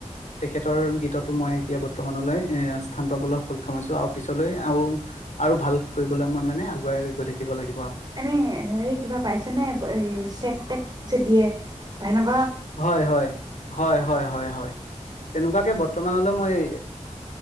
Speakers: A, on the left; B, on the right.
A: তেখেতৰ গীততো মই এতিয়া বৰ্তমানলৈ এহ স্থান পাবলৈ সক্ষম হৈছো আৰু পিছলৈ আৰু আৰু ভাল কৰিবলৈ মই মানে আগুৱাই গৈ থাকিব লাগিব আৰু
B: এনেই হেৰি কিবা পাইছে নে এই চেক-তেক যে দিয়ে। পাই ন
A: হয় হয় হয় হয় হয় হয় তেনেকুৱাকে তমানলৈ মই-